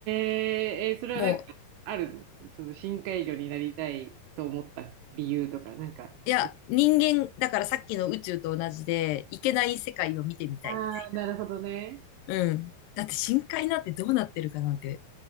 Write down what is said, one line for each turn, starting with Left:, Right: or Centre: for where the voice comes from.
Right: ー、えーそれはなんかあるのその深海魚になりたいと思った理由とか、
Left: も。も
Right: なんか、
Left: う、いや、
Right: え
Left: 人間、だからさっきの宇宙と同じで、いけない世界を見てみたいみたい。
Right: ああ、なるほどね。
Left: うん。だって深海なんてどうなってるかなんて